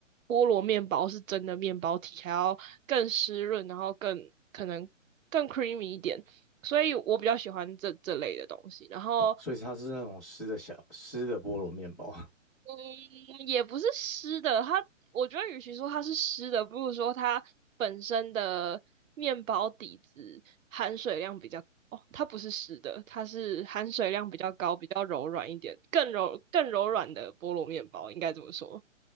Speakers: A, on the right (about 85°); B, in the centre.
A: 菠萝面包是真的面包体还要更湿润，然后更可能更 creamy 一点，所以我比较喜欢这这类的东西。然后
B: 哦所以它是那种湿的小湿的菠萝面包，
A: 嗯，也不是湿的，它我觉得与其说它是湿的，不如说它本身的面包底子含水量比较哦，它不是湿的，它是含水量比较高、比较柔软一点，更柔更柔软的菠萝面包，应该这么说。